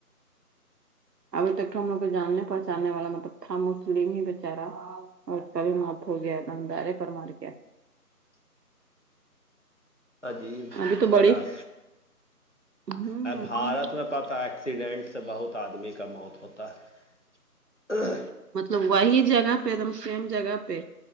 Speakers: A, on the right; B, on the left.
A: ابھی تک تو ہم لوگ کو جاننے پہچاننے والا مطلب تھا مسلمم ہی بچارہ اور کب مت ہوگیا نم دار پرمارک
B: عجیب
A: ابھی تو
B: طرح
A: بڑی ہوں
B: ا بھارت میں پت ہے ایکسیڈنٹ سے بہت آدمی کا موت ہوتا ہے
A: مطلب وہی جگہ پہ دم سیم جگہ پہ